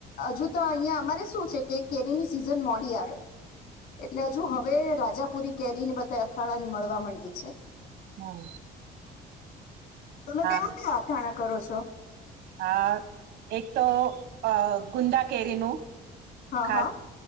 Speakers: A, on the left; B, on the right.
A: હજુ તો અહિયાં અમારે શું છે કે કેરીની સિઝન મોડી આવે, એટલે હજુ હવે રાજાપુરી કેરી ને બધા અથાણા ની મળવા માંડી છે.
B: હમ
A: તમે
B: હા
A: ક્યાંથી અથાણા કરો છો?
B: હા, એક તો અ ગુંદા કેરીનું
A: હા
B: ખાસ.
A: હા